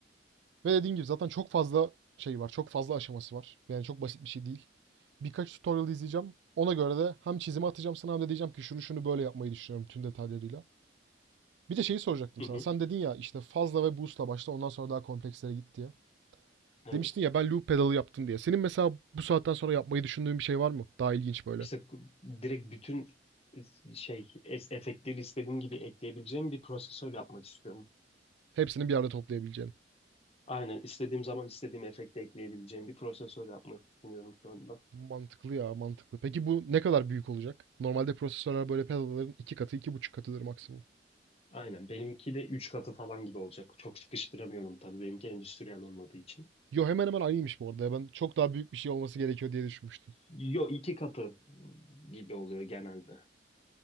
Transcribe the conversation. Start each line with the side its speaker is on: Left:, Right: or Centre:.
Right: Ve dediğim gibi zaten çok fazla şey var. Çok fazla aşaması var. Yani çok basit bir şey değil. Birkaç tutorial izleyeceğim. Ona göre de hem çizimi atacağım sana hem de diyeceğim ki şunu şunu böyle yapmayı düşünüyorum tüm detaylarıyla. Bir de şeyi soracaktım
Left: Hı
Right: sana.
Left: hı.
Right: Sen dedin ya işte fazla ve boost'la başla ondan sonra daha komplekslere git diye.
Left: Evet.
Right: Demiştin ya ben loop pedalı yaptım diye. Senin mesela bu saatten sonra yapmayı düşündüğün bir şey var mı? Daha ilginç böyle.
Left: İşte k- direkt bütün e, şey es- efektleri istediğim gibi ekleyebileceğim bir prosesör yapmak istiyorum.
Right: Hepsini bir arada toplayabileceğin.
Left: Aynen istediğim zaman istediğim efekti ekleyebileceğim bir prosesör yapmak düşünüyorum şu anda.
Right: Mantıklı ya mantıklı. Peki bu ne kadar büyük olacak? Normalde prosesörler böyle pedalların iki katı, iki buçuk katıdır maksimum.
Left: Aynen. Benimki de 3 katı falan gibi olacak. Çok sıkıştıramıyorum tabii. Benimki endüstriyel olmadığı için.
Right: Yo hemen hemen aynıymış bu arada. ya. Ben çok daha büyük bir şey olması gerekiyor diye düşünmüştüm.
Left: Yo iki katı gibi oluyor genelde.